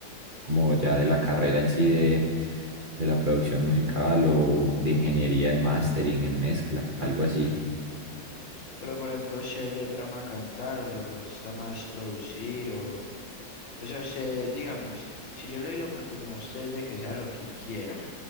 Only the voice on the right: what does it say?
como ya de la carrera en sí de, de la producción musical o de ingeniería en mastering, en mezcla, algo así.